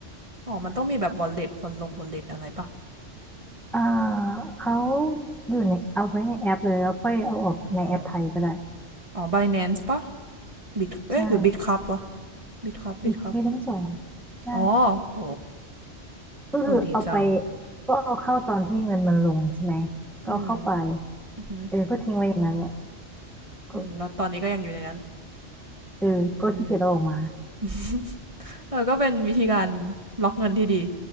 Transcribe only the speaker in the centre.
เอ่อเขาอยู่ในเอาไว้ในแอปเลยแล้วค่อยเอาออกในแอปไทยก็ได้
ใช่
มีมีทั้งสองใช่
ก็คือเอาไป
ก็เอาเข้าตอนที่เงินมันลงใช่ไหมก็เอาเข้าไป
เออก็ทิ้งไว้อย่างนั้นแหละก็
เออก็ขี้เกียจเอาออกมา